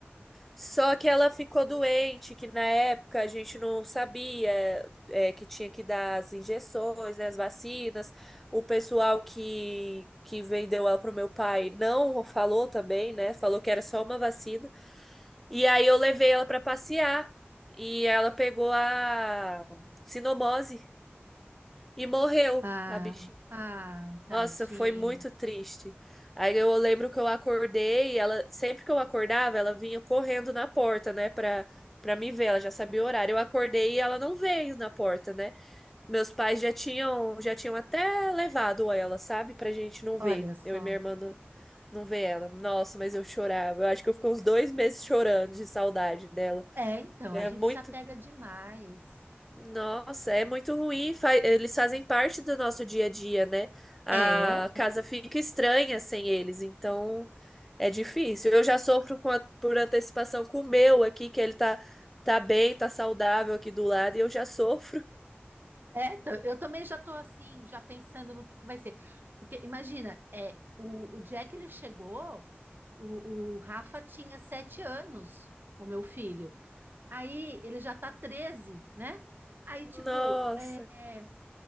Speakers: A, in the centre; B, on the right (about 55°).
A: Só que ela ficou doente, que na época a gente não sabia é, que tinha que dar as injeções, né, as vacinas. O pessoal que, que vendeu ela pro meu pai não falou também, né? Falou que era só uma vacina. E aí eu levei ela para passear e ela pegou a sinomose e morreu
B: Ah,
A: a bichinha.
B: ah, tadinha.
A: Nossa, foi muito triste. Aí eu lembro que eu acordei, ela sempre que eu acordava, ela vinha correndo na porta, né, pra, pra me ver, ela já sabia o horário. Eu acordei e ela não veio na porta, né? Meus pais já tinham, já tinham até levado ela, sabe, pra gente não
B: Olha
A: ver.
B: só.
A: Eu e minha irmã não, não ver ela. Nossa, mas eu chorava. Eu acho que eu fiquei uns dois meses chorando de saudade dela.
B: É, então,
A: É
B: a gente
A: muito
B: se apega demais.
A: nossa, é muito ruim. fa- Eles fazem parte do nosso dia a dia, né? A
B: É.
A: casa fica estranha sem eles, então é difícil. Eu já sofro com a- por antecipação com o meu aqui, que ele tá, tá bem, tá saudável aqui do lado, e eu já sofro.
B: É, t- eu também já tô assim, já pensando no que, que vai ser. Porque imagina, é, o, o dia que ele chegou, o, o Rafa tinha sete anos, o meu filho. Aí ele já tá 13, né? Aí, tipo,
A: Nossa,
B: é,